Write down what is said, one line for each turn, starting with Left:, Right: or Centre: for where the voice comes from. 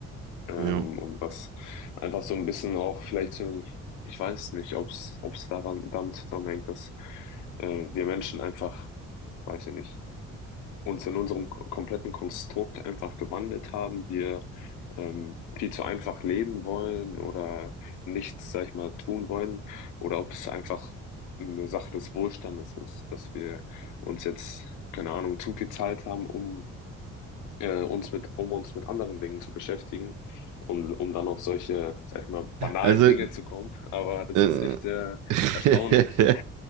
Left: Ähm,
Right: Ja.
Left: und was einfach so ein bisschen auch vielleicht, so- ich weiß nicht, ob es ob es daran damit zusammenhängt, dass äh, wir Menschen einfach, weiß ich nicht, uns in unserem k- kompletten Konstrukt einfach gewandelt haben. Wir ähm, viel zu einfach leben wollen oder nichts, sag ich mal, tun wollen. Oder ob es einfach eine Sache des Wohlstandes ist, dass wir uns jetzt, keine Ahnung, zu viel Zeit haben, um äh, uns mit, um uns mit anderen Dingen zu beschäftigen und um dann auf solche, sag ich mal, banalen
Right: Also,
Left: Dinge zu kommen. Aber das
Right: äh,
Left: ist echt äh,
Right: <laughs>
Left: erstaunlich.